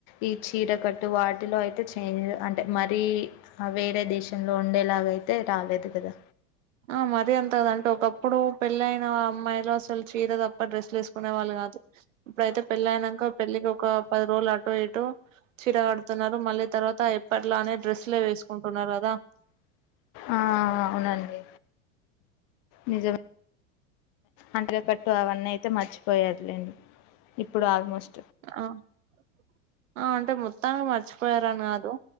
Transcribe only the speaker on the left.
ఈ చీరకట్టు వాటిలో అయితే చేంజ్ అంటే మరీ వేరే దేశంలో ఉండేలాగ అయితే రాలేదు కదా
ఆ అవునండి నిజ అంటకట్టు అవన్నీ అయితే మర్చిపోయారులేండి ఇప్పుడు ఆల్మోస్ట్